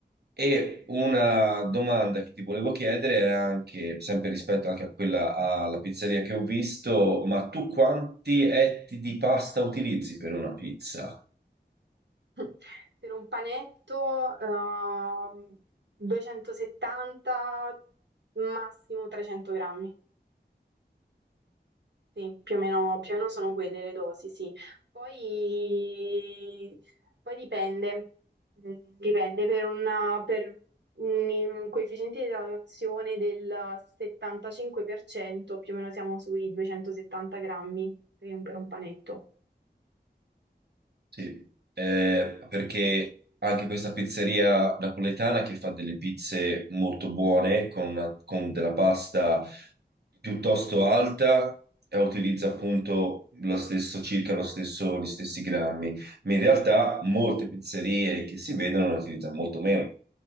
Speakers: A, on the right; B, on the right.
A: e una domanda che ti volevo chiedere era anche, sempre rispetto anche a quella alla pizzeria che ho visto, ma tu quanti etti di pasta utilizzi per una pizza?
B: <laughs> Per un panetto, ehm, 270, massimo 300 grammi. Sì, più o meno, più o meno sono quelle le dosi, sì. Poi, poi dipende, Mm, dipende per, una- per un coefficiente di idratazione del 75%, più o meno siamo sui 270 grammi per un, per un panetto.
A: Sì, eh, perché anche questa pizzeria napoletana che fa delle pizze molto buone con, una- con della pasta piuttosto alta e utilizza appunto lo stesso, circa lo stesso, gli stessi grammi, ma in realtà molte pizzerie che si vedono ne utilizzano molto meno.